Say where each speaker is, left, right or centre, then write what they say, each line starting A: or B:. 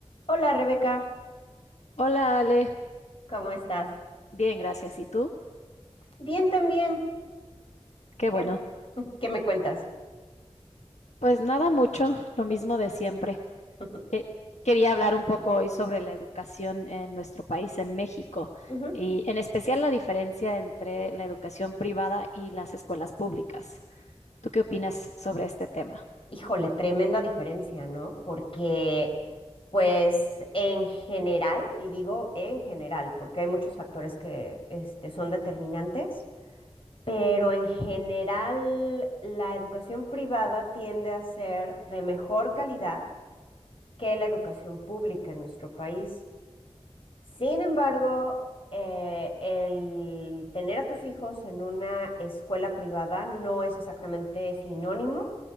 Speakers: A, on the left; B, on the left.
A: Hola Rebeca,
B: Hola Ale,
A: ¿cómo estás?
B: bien, gracias. ¿Y tú?
A: Bien también.
B: Qué
A: ¿Qué,
B: bueno.
A: qué me cuentas?
B: Pues nada mucho, lo mismo de siempre.
A: <laughs>
B: Que- quería hablar un poco hoy sobre la educación en nuestro país, en México,
A: Ujú.
B: y en especial la diferencia entre la educación privada y las escuelas públicas. ¿Tú qué opinas sobre este tema?
A: Híjole, tremenda diferencia, ¿no? Porque, pues, en general, y digo en general, porque hay muchos factores que este, son determinantes, pero en general la educación privada tiende a ser de mejor calidad que la educación pública en nuestro país. Sin embargo, eh, el tener a tus hijos en una escuela privada no es exactamente sinónimo